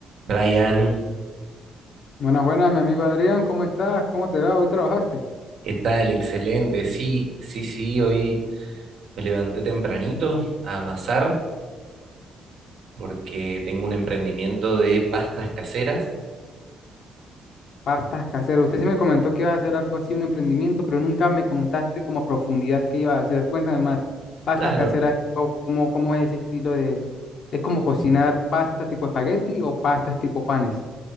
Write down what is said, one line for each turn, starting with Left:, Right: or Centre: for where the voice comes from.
Right: Brian,
Left: Buenas, buenas, mi amigo Adrián, ¿cómo estás? ¿Cómo te va? Hoy trabajaste.
Right: ¿qué tal? Excelente. Sí, sí, sí, hoy me levanté tempranito a amasar porque tengo un emprendimiento de pastas caseras.
Left: Pastas caseras. Usted sí me comentó que ibas a hacer algo así, un emprendimiento, pero nunca me contaste como a profundidad qué ibas a hacer. Cuéntame más. Pastas
Right: Claro,
Left: caseras, ¿cómo, cómo es ese estilo de... ¿Es como cocinar pastas tipo espagueti o pastas tipo panes?